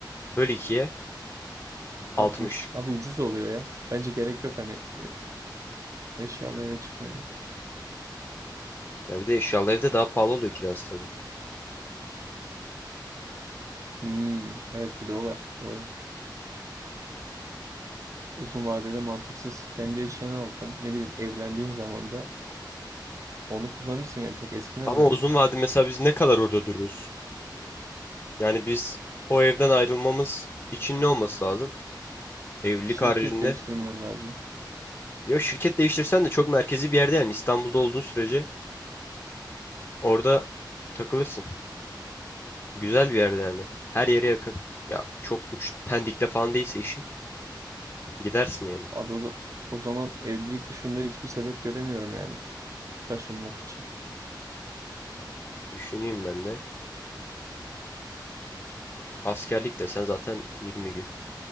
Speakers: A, on the left; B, on the right.
A: Böl 2'ye 60.
B: 60. Abi ucuz oluyor ya. Bence gerek yok hani e, eşyalı eve çıkmaya.
A: Ya bir de eşyalı evde daha pahalı oluyor kirası tabii.
B: Hmm, evet bir de o var. Doğru. Uzun vadede mantıksız. Kendi eşyanı alacaksın. Ne bileyim evlendiğin zaman da onu kullanırsın yani çok eskimez
A: Ama
B: bence.
A: uzun vade mesela biz ne kadar orada dururuz? Yani biz o evden ayrılmamız için ne olması lazım? Evlilik
B: Şirket
A: haricinde.
B: değiştirmen lazım.
A: Ya şirket değiştirsen de çok merkezi bir yerde yani İstanbul'da olduğun sürece orada takılırsın. Güzel bir yerde yani. Her yere yakın. Ya çok uç Pendik'te falan değilse işin gidersin yani.
B: Abi o, za- o zaman evlilik dışında hiçbir sebep göremiyorum yani taşınmak için.
A: Düşüneyim ben de. Askerlik de sen zaten 20 gün.